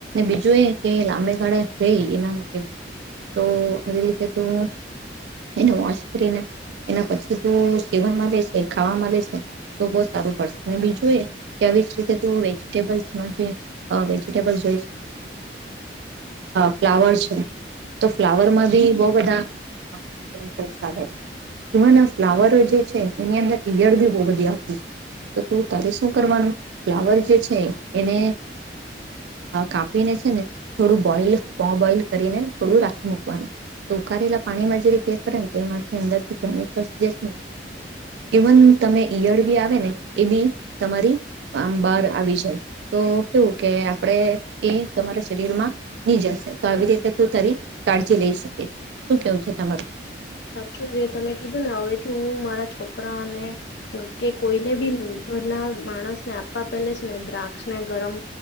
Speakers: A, on the right (about 70°); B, on the left (about 65°).
A: બીજું એ કે લાંબે ગાળે રે એના માટે તો આવી રીતે તું એને વોશ કરીને એના પછી ત સેવનમાં લે છે ખાવાવામાં લે છે તો બહ સારું પડશે અને બીજું એ કે આવી જ રીતે તું વેજીટેબસ જે વેજીટેબલ જોઈ ફ્લાવર છે તો ફ્લાવરમાં બી બહ બધા કેમિકલ્સ આવે છેન ફ્લાવર જે છે એની અંદર યડ બી બહ બધી આવતી છે તો તું તારે શું કરવાનું ફ્લાવર જે છે એને કાપીને ને થોડું બોઈલ બોઇલ કરીને થોડું રાખી મૂકવાનું તો ઉકારેલા પાણીમાં જે રીતે કરે ને તો એમાંથી અંદરથી કેમિકને ઇવન તમે ઈયળ બી આવે ને એ બી તમારી આં બાર આવી જાય તો કેવું કે આપણે એ તમારા શરીરમાં ની જળશે તો આવી રીતે તું તારી કાળજી લઈ શકે છે શું કેવું છે તમારું?
B: સા જે તમે કીધું ને હવેથી હું મારા છોકરાને કે કોઈને બી ઘરના માણસ ને આપવા પેલે છે ને દ્રાક્ષને ગરમ